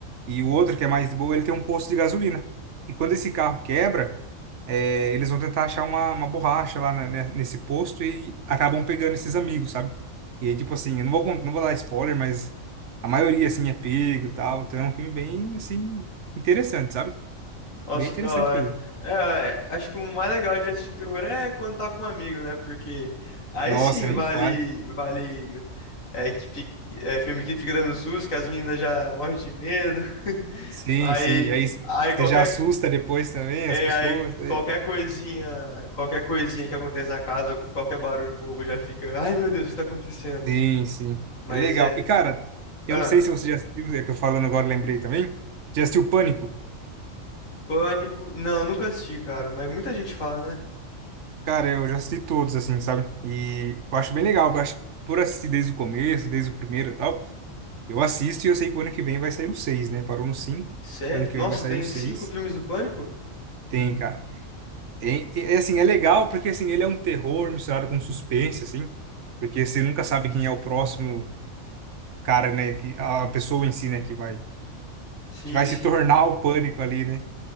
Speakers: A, on the right; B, on the left.
A: E o outro que é mais de boa, ele tem um posto de gasolina. E quando esse carro quebra, é, eles vão tentar achar uma, uma borracha lá na- né, nesse posto e acabam pegando esses amigos, sabe? E aí, tipo assim, eu não vou, con- não vou dar spoiler, mas a maioria, assim, é pego e tal. Então é um filme bem, assim, interessante, sabe?
B: Nossa,
A: Bem interessante
B: que da hora.
A: mesmo.
B: É, é, acho que o mais legal de assistir terror é quando tá com um amigo, né? Porque aí
A: Nossa,
B: sim
A: nem
B: vale,
A: fale.
B: vale, é, que fica- é filme que fica dando susto, que as meninas já morrem de medo. <laughs>
A: Sim,
B: Aí,
A: sim. E aí você
B: aí qualquer,
A: já assusta depois também
B: é,
A: as pessoas.
B: aí
A: né?
B: qualquer coisinha, qualquer coisinha que acontece na casa, qualquer barulho, o povo já fica, ai meu Deus, o que tá acontecendo?
A: Sim, sim.
B: Mas
A: É legal.
B: é
A: E, cara,
B: Ah,
A: eu não sei se você já assistiu, é que eu falando agora lembrei também. Já assistiu Pânico?
B: Pânico. Não, nunca assisti, cara, mas muita gente fala, né?
A: Cara, eu já assisti todos, assim, sabe? E eu acho bem legal. Eu acho, por assistir desde o começo, desde o primeiro e tal, eu assisto e eu sei que o ano que vem vai sair o seis né? Parou no cinco
B: Sério?
A: o ano que
B: Nossa,
A: vem vai sair
B: tem
A: o seis
B: cinco filmes do Pânico?
A: Tem, cara. Tem. E, é, assim, é legal porque, assim, ele é um terror misturado com suspense, assim, porque você nunca sabe quem é o próximo cara, né, que a pessoa em si, né, que vai
B: Sim,
A: que vai
B: sim.
A: se tornar o pânico ali, né?